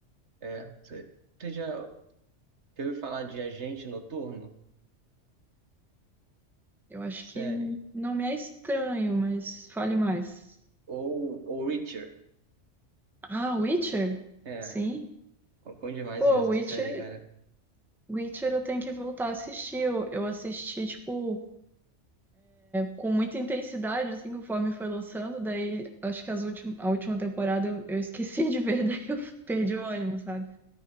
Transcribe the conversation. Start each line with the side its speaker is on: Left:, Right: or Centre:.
Right: É, você você já, já ouviu falar de Agente Noturno?
Centre: Eu acho
Right: Série.
Centre: que n- não me é estranho, mas fale mais.
Right: Ou, ou Reacher.
Centre: Ah, Witcher?
Right: É.
Centre: Sim.
Right: Pô, Bom demais
Centre: Pô,
Right: essa
Centre: Witcher,
Right: série, cara.
Centre: Witcher eu tenho que voltar a assistir. Eu, eu assisti, tipo. com muita intensidade, assim, conforme foi lançando. Daí, acho que as últim a última temporada eu, eu esqueci de ver, <laughs> daí eu perdi o ânimo, sabe?